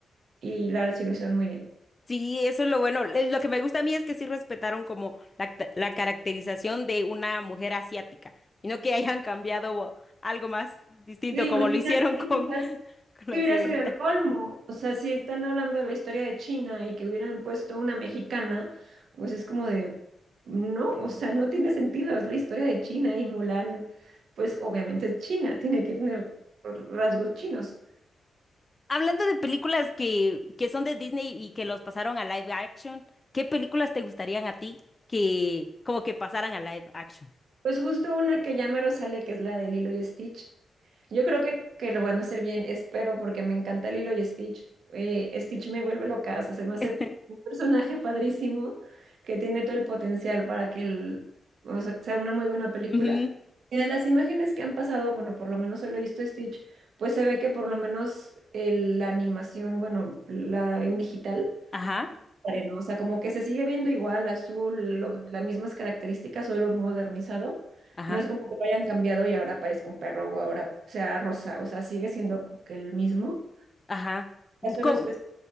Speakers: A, on the right; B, on the left.
A: y la resolución muy bien.
B: Sí, eso es lo bueno. Eh, Lo que me gusta a mí es que sí respetaron como la, ca- la caracterización de una mujer asiática. Y no que hayan cambiado algo más distinto
A: Sí, imagínate,
B: como lo hicieron con,
A: quizás
B: <laughs> con la
A: si hubiera
B: sirenita.
A: sido el colmo. O sea, si están hablando de la historia de China y que hubieran puesto una mexicana, pues es como de, no, o sea, no tiene sentido, es la historia de China y Mulan, pues obviamente es China, tiene que tener rasgos chinos.
B: Hablando de películas que, que son de Disney y que los pasaron a live action, ¿qué películas te gustarían a ti que como que pasaran a live action?
A: Pues justo una que ya mero sale, que es la de Lilo y Stitch. Yo creo que, que lo van a hacer bien, espero, porque me encanta Lilo y Stitch. Eh, Stitch me vuelve loca, o sea, se me hace
B: <laughs>
A: un personaje padrísimo que tiene todo el potencial para que el, o sea, que sea una muy buena película.
B: Ujú.
A: Y de las imágenes que han pasado, bueno, por lo menos solo he visto Stitch, pues se ve que por lo menos el- la animación, bueno, la en digital.
B: Ajá,
A: ¿no? O sea, como que se sigue viendo igual, azul, lo- las mismas características, solo modernizado.
B: ajá,
A: No es como que lo hayan cambiado y ahora parezca un perro o ahora sea rosa. O sea, sigue siendo como que el mismo.
B: ajá.
A: Ya solo
B: Com-
A: es cuestión